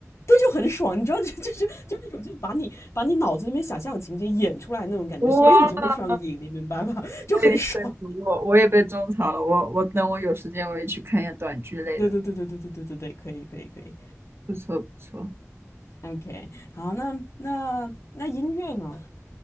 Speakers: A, on the left; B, on the right.
A: 就很爽，你知道就就那种就是把你把你脑子里面想象的情节演出来那种感觉，
B: 哇，
A: 所以你就会上瘾，
B: 可
A: 你明白吧？<laughs>
B: 以可以，
A: 就很爽。
B: 我我也被种草了，我我等我有时间我也去看一下短剧类的，
A: 对对对对对对对对对，可以可以可以
B: 不错不错。
A: ，OK，好，那那那音乐呢？